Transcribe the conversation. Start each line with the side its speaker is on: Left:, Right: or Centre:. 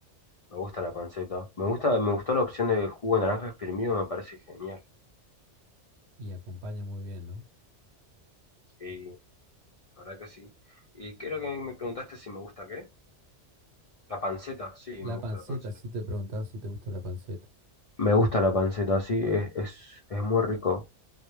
Left: Me gusta la panceta. Me gusta, me gustó la opción del jugo de naranja exprimido, me parece genial.
Right: Y acompaña muy bien, ¿no?
Left: Sí, la verdad que sí. Y creo que me preguntaste si me gusta qué. La panceta, sí,
Right: La
Left: me gusta
Right: panceta,
Left: la panceta.
Right: sí te preguntaba si te gusta la panceta.
Left: Me gusta la panceta, sí, es, es, es muy rico.